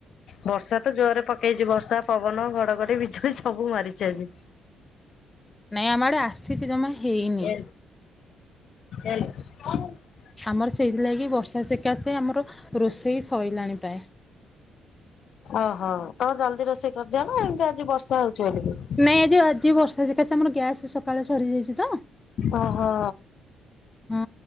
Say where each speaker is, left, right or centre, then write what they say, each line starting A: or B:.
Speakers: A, on the left; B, on the left.
A: ବର୍ଷା ତ ଜୋରରେ ପକେଇଚି ବର୍ଷା ପବନ ଘଡଘଡି ବିଜୁଳି ସବୁ ମାରିଛି ଆଜି।
B: ନାଇଁ ଆମ ଆଡେ ଆସିଛି ଜମା ହେଇନି।
A: ଏ ଏ <unintelligible>
B: ଆମର ସେଇଥିଲାଗି ବର୍ଷା ସେକା ସେ ଆମର ରୋଷେଇ ସଇଲାଣି ପ୍ରାୟେ।
A: ଓହୋ ତମର ଜଲଦି ରୋଷେଇ କରିଦିଅ ନା ଏମିତି ଆଜି ବର୍ଷା ହଉଛି ବୋଲିିକି?
B: ନାଇଁ ଆଜି ବର୍ଷା ସକା ସେ ଆମର ଗ୍ୟାସ୍ ସକାଳେ ସରିଯାଇଛି ତ।
A: ଓ ହୋ।
B: ହଁ